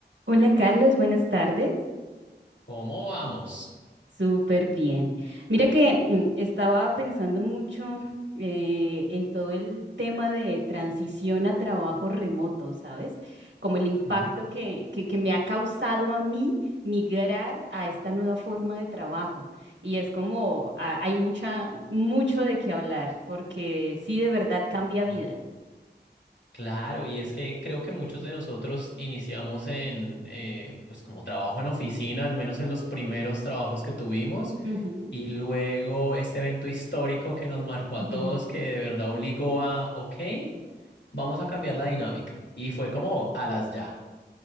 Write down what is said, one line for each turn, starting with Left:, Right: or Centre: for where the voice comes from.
Right: Hola Carlos, buenas tardes.
Left: ¿Cómo vamos?
Right: Súper bien. Mira que mm, estaba pensando mucho eh, en todo el tema de transición a trabajo remoto, ¿sabes? Como el impacto
Left: Mm.
Right: que, que, que me ha causado a mí migrar a esta nueva forma de trabajo. Y es como ah, hay mucha, mucho de qué hablar, porque sí de verdad cambia vidas.
Left: Ah, Claro, y es que creo que muchos de nosotros iniciamos en, eh, pues como trabajo en oficina, al menos en los primeros trabajos que tuvimos,
Right: Ujú.
Left: y luego este evento histórico que nos marcó a
Right: <laughs>
Left: todos, que de verdad obligó a, ok, vamos a cambiar la dinámica. Y fue como a las ya.